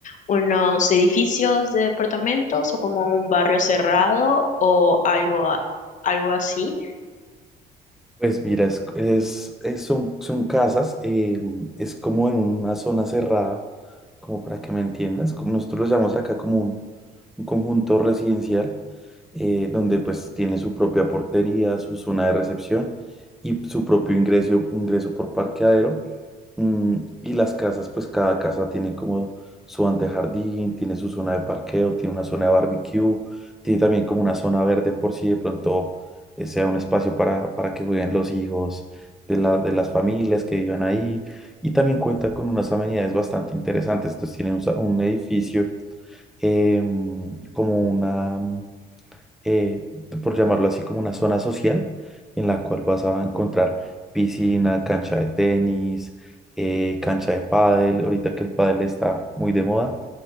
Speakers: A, on the left (about 50°); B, in the centre.
A: unos edificios de departamentos o como un barrio cerrado o algo, a- algo así.
B: Pues mira, es, es- es- son, son casas, eh, es como en una zona cerrada, como para que me entiendas, como nosotros lo llamamos acá como un un conjunto residencial eh, donde pues tiene su propia portería, su zona de recepción y su propio ingreso, ingreso por parqueadero. Mm, y las casas, pues cada casa tiene como su antejardín, tiene su zona de parqueo, tiene una zona de barbecue, tiene también como una zona verde por si de pronto eh, sea un espacio para, para que jueguen los hijos de, la, de las familias que vivan ahí. Y también cuenta con unas amenidades bastante interesantes. Entonces tiene un, sa- un edificio eh, como una, eh, por llamarlo así, como una zona social en la cual vas a encontrar piscina, cancha de tenis, eh, cancha de pádel, ahorita que el pádel está muy de moda,